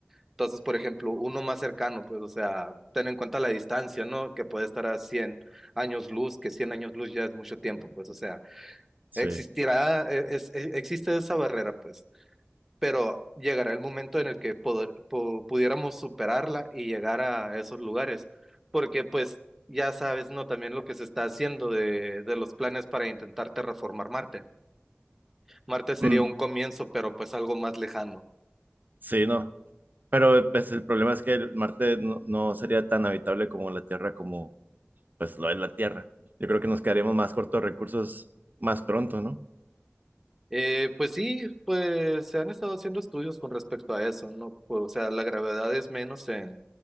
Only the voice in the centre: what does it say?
Entonces, por ejemplo, uno más cercano, pues, o sea, ten en cuenta la distancia, ¿no? Que puede estar a cien años luz, que 100 años luz ya es mucho tiempo, pues, o sea,
existirá, eh, es- eh, existe esa barrera, pues, pero llegará el momento en el que poder- po- pudiéramos superarla y llegar a esos lugares, porque, pues, ya sabes, ¿no? También lo que se está haciendo de, de los planes para intentar terraformar Marte. Marte sería
un comienzo, pero pues algo más lejano.
Eh, pues sí, pues se han estado haciendo estudios con respecto a eso, ¿no? Pues, o sea, la gravedad es menos en,